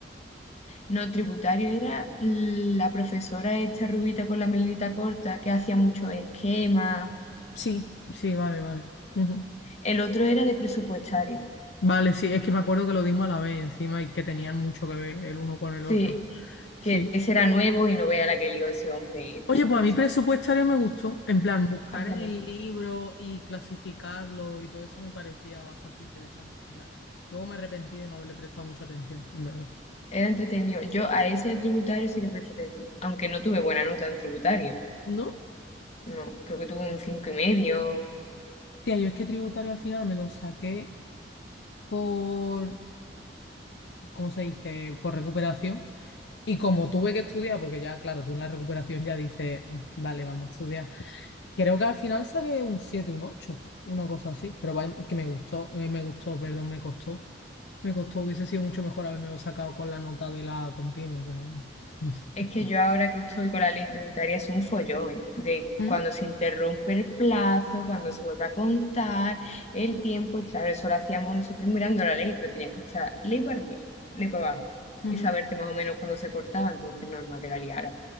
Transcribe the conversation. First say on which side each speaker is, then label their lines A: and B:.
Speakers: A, on the left; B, on the left.
A: No, tributario era la profesora esta rubita con la melenita corta que hacía muchos esquemas
B: Sí, sí, vale, vale. Ujú.
A: El otro era de presupuestario.
B: Vale, sí, es que me acuerdo que lo dimos a la vez encima y que tenían mucho que ver el uno con el
A: Sí,
B: otro. Sí.
A: que ese era nuevo y no vea la que lió ese hombre en
B: Oye,
A: presupuestario.
B: pues a mí presupuestario me gustó, en plan, buscar
A: A mí
B: en
A: también.
B: el libro y clasificarlo y todo eso me parecía bastante interesante, en plan. Luego me arrepentí de no haberle prestado mucha atención, en verdad.
A: Era entretenido. Yo a ese tributario sí le presté atención, aunque no tuve buena nota en tributario.
B: ¿No?
A: No, creo que tuve un cinco y medio,
B: Tía, yo es que tributario al final me lo saqué por, ¿cómo se dice? Por recuperación. Y como tuve que estudiar, porque ya, claro, tú en la recuperación ya dices, "Mm, vale, vamos a estudiar. Creo que al final saqué un 7, un 8, una cosa así, pero vaya, que me gustó, eh, me gustó, perdón, me costó. Me costó, hubiese sido mucho mejor haberme sacado con la nota de la continua, pero bueno. <laughs>
A: Es que yo ahora que estoy con la ley tributaria es un follón de
B: Mm,
A: cuando se interrumpe el plazo, cuando se vuelve a contar el tiempo, y claro, eso lo hacíamos nosotros mirando la ley, pero tenías que estar ley para arriba, ley para abajo,
B: ujú,
A: y saberte más o menos cuándo se cortaba, entonces normal que la liara.